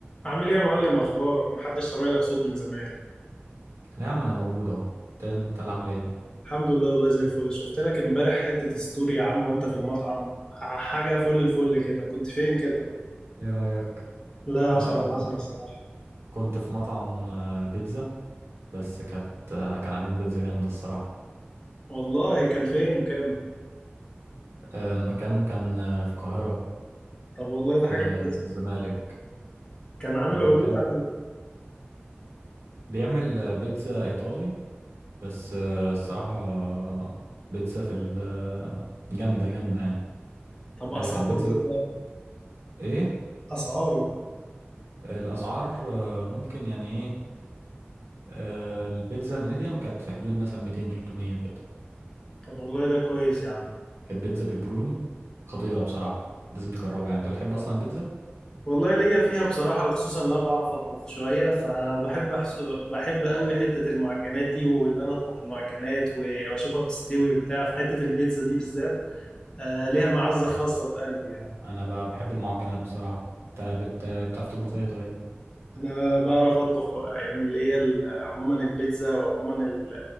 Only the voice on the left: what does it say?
عامل ايه يا معلم اخبارك محدش سامع لك صوت من زمان
الحمد لله والله زي الفل شفت لك امبارح حتة ستوري يا عم وانت في المطعم ح- حاجة فل الفل كده كنت فين كده
لا عشرة
على
عشرة بصراحة
والله كان فين مكانه
طب والله
ده حاجة كويسة
كان عامل
عروض على
طب اسعاره
ايه ده
اسعاره
طب والله ده كويس يا عم
والله ليا فيها بصراحة وخصوصا ان انا بعرف اطبخ شوية فبحب أحس... بحب قوي حتة المعجنات دي واللي انا اطبخ المعجنات و- واشوفها بتستوي وبتاع في حتة البيتزا دي بالذات آه، ليها معزة خاصة في قلبي يعني
أنا بعرف أطبخ بقى، يعني اللي هي ال- عموما البيتزا وعموما ال-